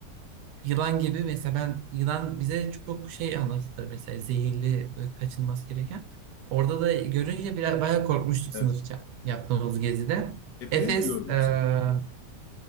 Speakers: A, on the right; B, on the left.
A: Yılan gibi mesela ben yılan bize çok şey anlatılır mesela zehirli böyle kaçınması gereken. Orada da görünce biraz bayağı korkmuştuk
B: Evet.
A: sınıfça yaptığımız gezide.
B: Hepiniz
A: Efes
B: mi gördünüz?
A: e,